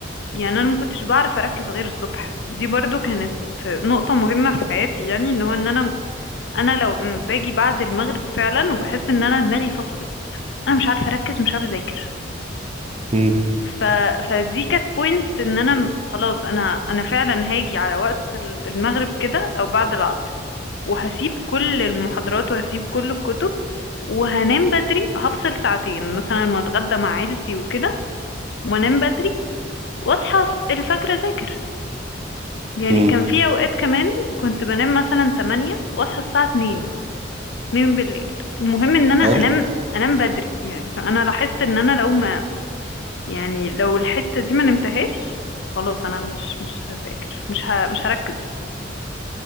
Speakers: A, on the left; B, on the right.
A: يعني انا ما كنتش بعرف اركز غير الصبح دي برضو كانت نقطة مهمة في حياتي يعني ان هو ان انا انا لو م- باجي بعد المغرب فعلا وبحس ان انا دماغي فصلت انا مش عارفه اركز مش عارفه اذاكر
B: امم
A: ف... فدي كانت بوينت ان انا م- خلاص انا انا فعلا هاجي على وقت ال- المغرب كده او بعد العصر وهسيب كل المحاضرات وهسيب كل الكتب وهنام بدري هفصل ساعتين مثلا واتغدى مع عيلتي وكده وانام بدري واصحى الس- الفجر اذاكر يعني
B: امم
A: كان في اوقات كمان كنت بنام مثلا 8 واصحى الساعه 2 اتنين بالليل المهم ان انا
B: حلو
A: انام انام بدري يعني فانا لاحظت ان انا لو ما يعني لو الحتة دي ما نمتهاش خلاص انا مش مش هذاكر مش ه... مش هركز